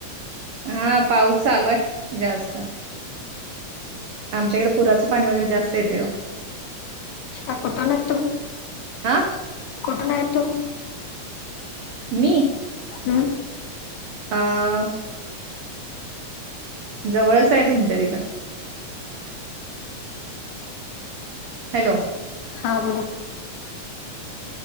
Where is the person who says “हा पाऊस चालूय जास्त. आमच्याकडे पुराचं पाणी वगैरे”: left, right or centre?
Right